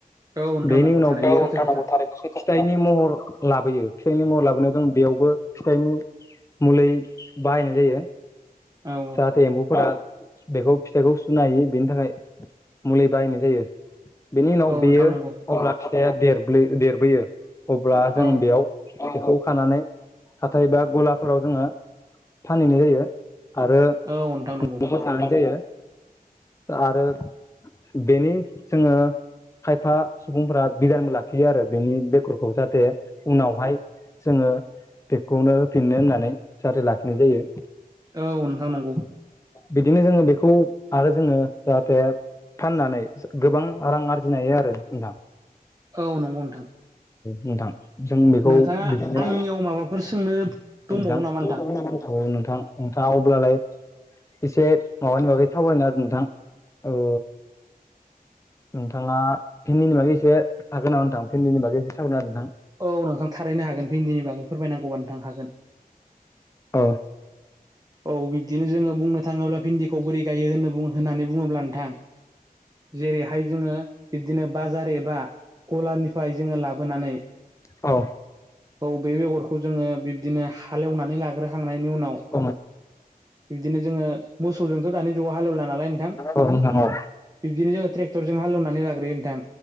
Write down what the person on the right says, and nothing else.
औ नोंथां
नंगौ
थारैनो
सैथो
खोथा
औ
औ नोंथां
नंगौ
औ
औ नोंथां नंगौ
औ नोंथां नंगौ
औ नंगौ नोंथां
नोंथाङा
आंनियाव माबाफोर सोंनो दंबावो
नामा
औ नोंथां थारैनो हागोन भिन्दिनि बागै फोरमायनांगौबा नोंथां हागोन
औ बिब्दिनो जोङो बुंनो थाङोब्ला भिन्दिखौ बोरै गायो होन होननानै बुङोब्ला नोंथां जेरैहाय जोङो बिब्दिनो बाजार एबा गलानिफ्राय जोङो लाबोनानै
औ बेे बेगरखौ जोङो बिब्दिनो हालेवनानै लाग्रोखांनायनि उनाव
बिबदिनो जोङो मोसौजोंथ' दानि जुगाव हालेवला नालाय नोंथां
बिब्दिनो जोङो ट्रेक्टर जों हालौनानै लाग्रोयो नोंथां